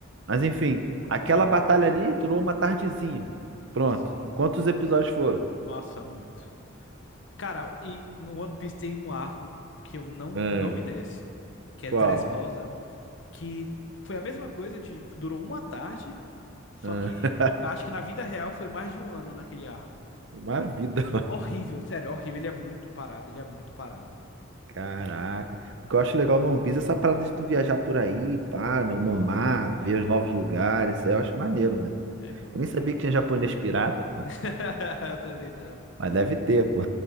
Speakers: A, on the right; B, on the left.
A: Mas enfim, aquela batalha ali durou uma tardezinha. Pronto.
B: Sim,
A: Quantos episódios foram?
B: nossa, muito. Cara, e no One Piece tem um arco que eu não,
A: Ah,
B: não me desce, que é
A: qual?
B: Dressrosa. que foi a mesma coisa de durou uma tarde, só
A: Ah,
B: que acho que na vida real foi mais de um ano naquele arco.
A: uma vida.
B: Horrível, sério, horrível. Ele é muito parado, ele é muito parado.
A: Caraca. O que eu acho legal no One Piece é essa parada de tu viajar por aí, pá, no,
B: Nossa,
A: no mar,
B: é
A: ver
B: é bom,
A: os novos
B: é bom.
A: lugares. Isso aí eu acho maneiro, mano.
B: É bom
A: Eu
B: pra
A: nem sabia
B: caramba.
A: que tinha japonês pirata, pô.
B: <laughs> Eu também não.
A: Mas deve ter, pô.